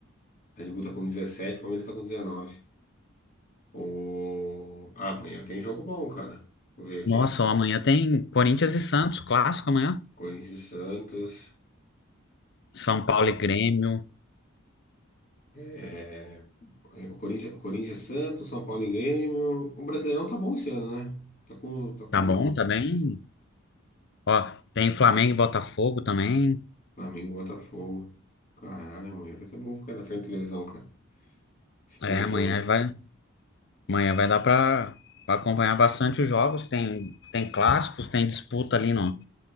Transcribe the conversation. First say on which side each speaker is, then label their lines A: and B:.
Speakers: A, on the left; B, on the left.
A: Red Bull tá com 17, Palmeiras tá com 19. O... Ah, amanhã tem jogo bom, cara. Deixa eu ver aqui.
B: Nossa, ó, amanhã tem Corinthians e Santos, clássico amanhã.
A: Corinthians e Santos.
B: São Paulo e Grêmio,
A: É... o Corinthians, Corinthians e Santos, São Paulo e Grêmio. O Brasileirão tá bom esse ano, né? Tá com, tá com
B: tá bom, tá bem. Ó, tem Flamengo e Botafogo também.
A: Flamengo e Botafogo. Caralho, amanhã vai tá bom ficar na frente da televisão, cara. Assistindo
B: É, amanhã
A: o jogo.
B: vai, amanhã vai dar para acompanhar bastante os jogos. Tem, tem clássicos, tem disputa ali no,